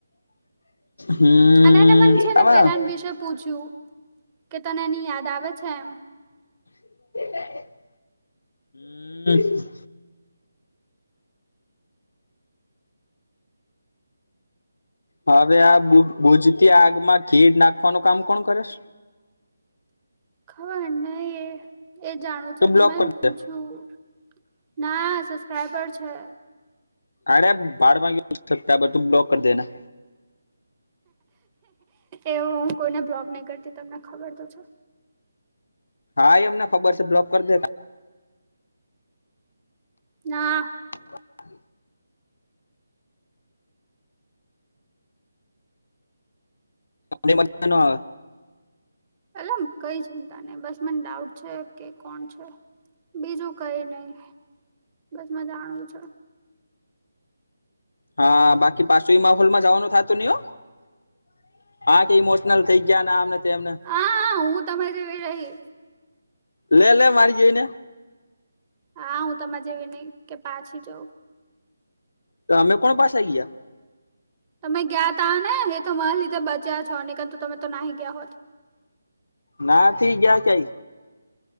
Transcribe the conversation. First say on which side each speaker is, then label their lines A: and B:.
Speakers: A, on the left; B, on the right.
A: હમ
B: અને એને મને છે ને
A: આમાં
B: પેલા વિશે પૂછ્યું કે તને એની યાદ આવે છે એમ
A: <unintelligible> હમ હવે આ ભુજતી આગમાં ખીડ નાખવાનું કામ કોણ કરે છે
B: ખબર નઈ એ જાણવું છે
A: તું બ્લોક
B: મેંને
A: કરી
B: પૂછું.
A: દે
B: ના સબસ્ક્રાઈબર છે.
A: અરે ભાડમા ગયું સબસ્ક્રાઇબર તું બ્લોક કર દે એને.
B: એવું હું કોઈને બ્લોગ નહી કરતી તમને ખબર તો છે.
A: હા એ એમને ખબર છે બ્લોક કરી દે.
B: ના.
A: <inaudible> અને મઝા નો આવે.
B: એટલે એમ કઈ ચિંતા નહી બસ મને ડાઉટ છે. કે કોણ છે બીજું કઈ નહી બસમાં જાણવું છે.
A: હા બાકી પા ફ્રીમા હોલમાં જવાનું થતું ની હો કે આ ઈમોશનલ થઈ ગયા આમને તેમને.
B: હા-હા હું તમારી જેવી રહી.
A: લે-લે મારી જોઈ
B: હા હું તમારે જેવી નહી કે પાછી જઉ.
A: તો અમે કોણ પાછા ગ્યા.
B: તમે ગીયા તા ને એ તો માર લીધે બચ્યા છો નીકર તો તમે તો નાહી ગયા હોત.
A: ના થી ગીયા કઈ.